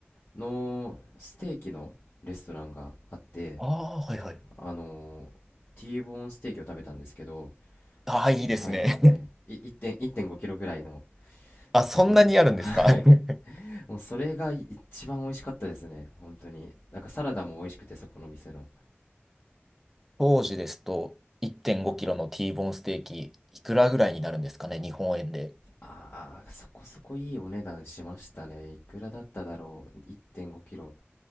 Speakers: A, on the left; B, in the centre.
A: のステーキのレストランがあって
B: ああ、はいはい。
A: あのーティーボーンステーキを食べたんですけど
B: ああ、いいですね。
A: はいはいい1.1.5キロぐらいの
B: あ、そんなにあるんですか
A: ところはい
B: <laughs>
A: もうそれが一番美味しかったですね本当になんかサラダも美味しくてそこの店の
B: 当時ですと、1.5キロの T ボーンステーキ、いくらぐらいになるんですかね、日本円で。
A: ああーそこそこいいお値段しましたねいくらだっただろう1 5キロ